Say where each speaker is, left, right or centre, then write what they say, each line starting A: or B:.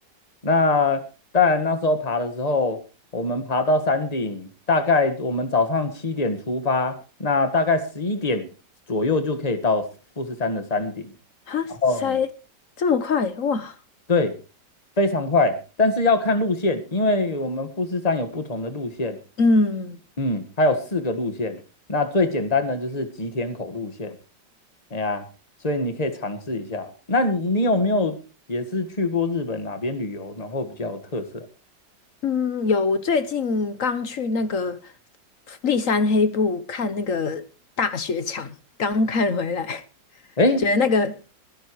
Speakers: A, on the left; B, on the left.
A: 那当然，那时候爬的时候，我们爬到山顶，大概我们早上七点出发，那大概十一点左右就可以到富士山的山顶。
B: 哈塞，
A: 哦，
B: 这么快，哇，
A: 对，非常快，但是要看路线，因为我们富士山有不同的路线，
B: 嗯。
A: 嗯，它有四个路线，那最简单的就是吉田口路线，哎呀，所以你可以尝试一下。那你有没有也是去过日本哪边旅游，然后比较有特色？
B: 嗯，有，我最近刚去那个立山黑部看那个大雪墙，刚看回来，<laughs>
A: 哎，
B: 觉得那个